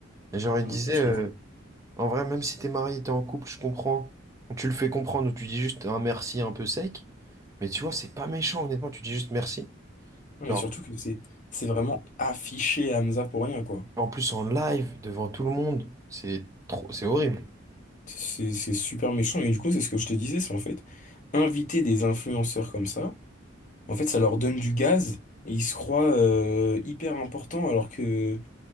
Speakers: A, on the right; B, on the left.
A: Et genre, il disait.
B: Bien sûr.
A: euh, En vrai, même si t'es marié, t'es en couple, je comprends. Tu le fais comprendre ou tu dis juste un merci un peu sec. Mais tu vois, c'est pas méchant, honnêtement, tu dis juste merci.
B: Non,
A: Genre,
B: mais surtout que c'est c'est vraiment affiché à Hamza pour rien, quoi.
A: en plus en live, devant tout le monde, c'est trop, c'est horrible.
B: C'est c'est super méchant. Et du coup, c'est ce que je te disais, c'est en fait, inviter des influenceurs comme ça, en fait, ça leur donne du gaz et ils se croient euh, hyper importants alors que...